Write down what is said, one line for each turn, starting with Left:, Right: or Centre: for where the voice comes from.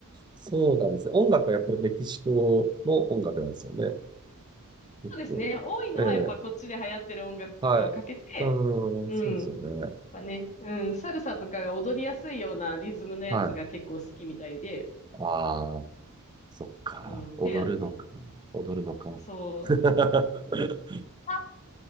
Right: そうなんですね。音楽はやっぱりメキシコの音楽なんですよね。
Left: そうですね。
Right: 結構。
Left: 多いのはやっぱこっちで流行ってる音楽とかをかけて、
Right: ええはい。うん、
Left: うん。
Right: そうですよね。
Left: やっぱね、うん、サルサとかが踊りやすいようなリズムのやつが結構好きみたいで、
Right: はい。ああ、そっか。
Left: うん、
Right: 踊るのか。
Left: ペアでね。
Right: 踊るのか。
Left: そう。
Right: <laughs>
Left: あ